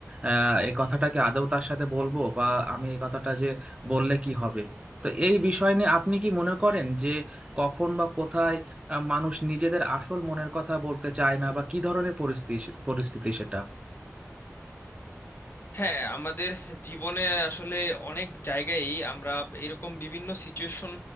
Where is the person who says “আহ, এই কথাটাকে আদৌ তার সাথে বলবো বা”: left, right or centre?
Right